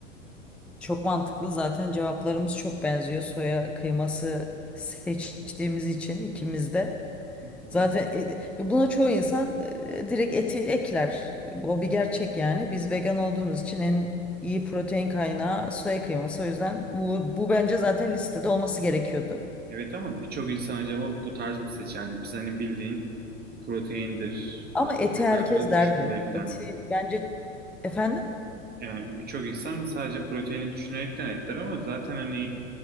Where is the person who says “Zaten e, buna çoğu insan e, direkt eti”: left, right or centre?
Centre